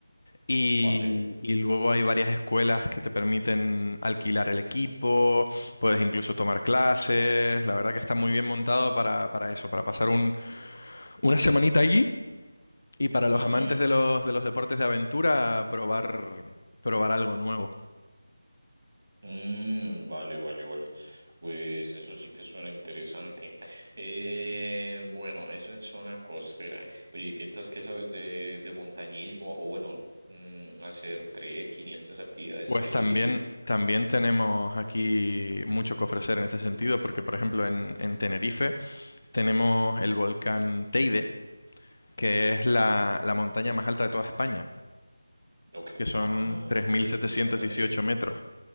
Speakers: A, on the left (about 45°); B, on the right (about 45°).
A: Y,
B: vale.
A: y luego hay varias escuelas que te permiten alquilar el equipo, puedes incluso tomar clases. La verdad que está muy bien montado para, para eso, para pasar un- una semanita allí y para los
B: Ujú.
A: amantes de los, de los deportes de aventura, probar, probar algo nuevo.
B: Mm, vale, vale, vale. Pues eso sí que suena interesante. Eh, bueno, eso en zona costera. Oye, ¿y ¿qué tal, qué sabes de, de montañismo? O bueno, mm, hacer trekking y estas actividades
A: Pues
B: al aire
A: también,
B: libre.
A: también tenemos aquí mucho que ofrecer en ese sentido, porque por ejemplo en, en Tenerife tenemos el volcán Teide, que es la, la montaña más alta de toda España,
B: Ok.
A: que son
B: Ah,
A: tres
B: ok,
A: mil setecientos
B: justamente.
A: dieciocho metros.